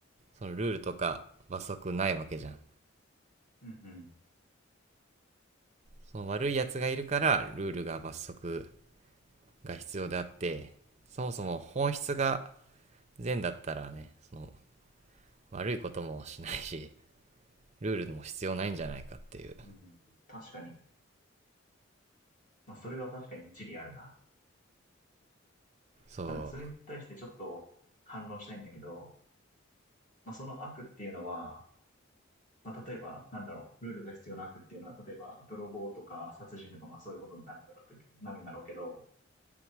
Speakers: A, on the right; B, on the left.
A: そのルールとか罰則ないわけじゃん。
B: うん、
A: その悪いやつがいるから、ルールが罰則が必要であって、そもそも本質が善だったらねその悪いこともしないしルールも必要ないんじゃないかっていう
B: うん。うん、確かに。まあ、それは確かに一理あるな。
A: そう
B: まあ、でもそれに対してちょっと反論したいんだけど、まあ、その悪っていうのは、まあ、例えば、なんだろう、ルールが必要な悪っていうのは、例えば、泥棒とか殺人とか、まあそういうことになるんだろうと、なるんだろうけど、